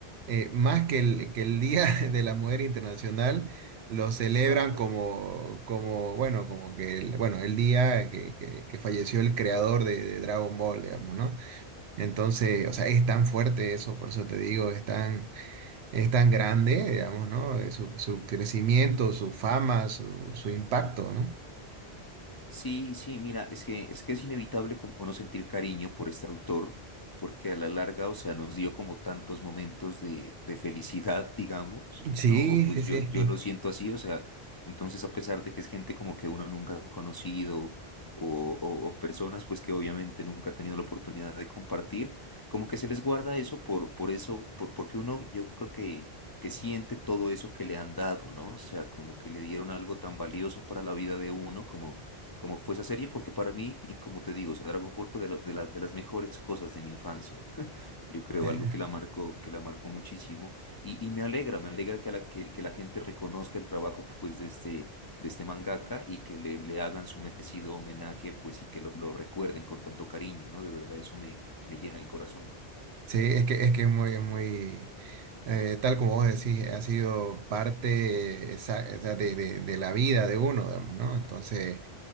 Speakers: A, on the right (about 75°); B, on the left (about 35°).
A: eh, más que el, que el Día <laughs> de la Mujer Internacional, lo celebran
B: claro.
A: como, como bueno, como que, el, bueno, el día que, que- que falleció el creador de, de Dragon Ball, digamos, ¿no? Entonces, o sea, es tan fuerte eso, por eso te digo, es tan es tan grande, digamos, ¿no? Eh, Su, su crecimiento, su fama, su, su impacto, ¿no?
B: Sí, sí, mira, es que, es que es inevitable como no sentir cariño por este autor, porque a la larga, o sea, nos dio como tantos momentos de, de felicidad, digamos,
A: Sí,
B: ¿no? O pues yo,
A: sí, sí.
B: yo lo siento así, o sea, entonces a pesar de que es gente como que uno nunca ha conocido o, o- o personas pues que obviamente nunca ha tenido la oportunidad de compartir, como que se les guarda eso por, por eso, por, porque uno yo creo que, que siente todo eso que le han dado, ¿no? O sea, como que le dieron algo tan valioso para la vida de uno, como como fue esa serie, porque para mí, y como te digo, o sea, Dragon Ball fue de, la- de la- de las mejores cosas de mi infancia. <laughs> Yo creo
A: Eh,
B: algo que la marcó, que la marcó muchísimo. Y, y me alegra, me alegra que, a la, que, que la gente reconozca el trabajo pues, de este, de este mangaka y que le, le hagan su merecido homenaje pues, y que lo, lo recuerden con tanto cariño, ¿no? De verdad, eso me, me llena el corazón.
A: sí, es que es que es muy, muy, eh, tal como vos decís, ha sido parte esa- esa de, de- de la vida de uno, digamos, ¿no? Entonces,